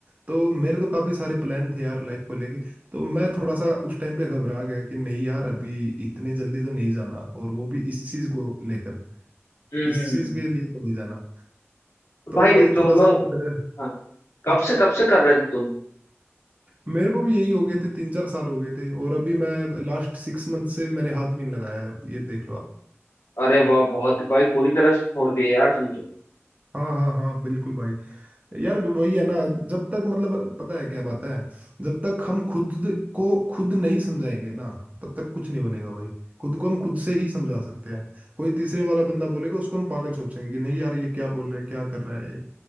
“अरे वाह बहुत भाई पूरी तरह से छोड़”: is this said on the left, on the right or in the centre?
Left